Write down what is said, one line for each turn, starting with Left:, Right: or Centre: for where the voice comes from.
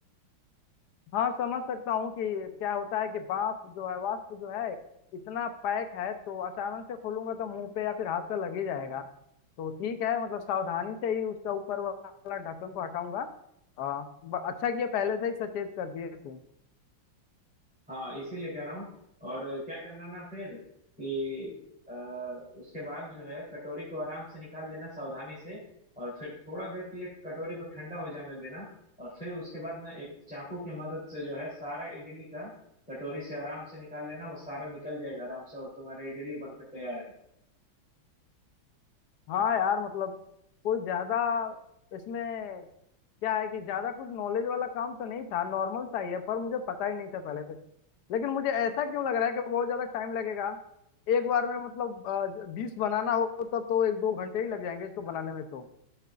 Left: हाँ समझ सकता हूँ कि क्या होता है कि बाफ जो है वाष्प जो है इतना पैक है तो अचानक से खोलूंगा तो मुंह पे या फिर हाथ पे लग ही जाएगा तो ठीक है मतलब सावधानी से ही उसका ऊपर वाला ढक्कन को हटाऊंगा आ, ब- अच्छा किया पहले से ही सचेत कर दिए तुम
Centre: हाँ इसीलिए कह रहा हूँ और क्या करना ना फिर कि अ, उसके बाद जो है कटोरी को आराम से निकाल लेना सावधानी से और फिर थोड़ा देर के लिए कटोरी को ठंडा हो जाने देना और फिर उसके बाद ना एक चाकू की मदद से जो है सारा इडली का कटोरी से आराम से निकाल लेना वो सारा निकल जाएगा आराम से और तुम्हारी इडली बनकर तैयार है
Left: हाँ यार मतलब कोई ज्यादा इसमें क्या है कि ज्यादा कुछ नॉलेज वाला काम तो नहीं था नॉर्मल सा ही है पर मुझे पता ही नहीं था पहले से लेकिन मुझे ऐसा क्यों लग रहा है कि बहुत ज्यादा टाइम लगेगा एक बार में मतलब बीस बनाना हो तब तो एक दो घंटे ही लग जाएंगे इसको बनाने में तो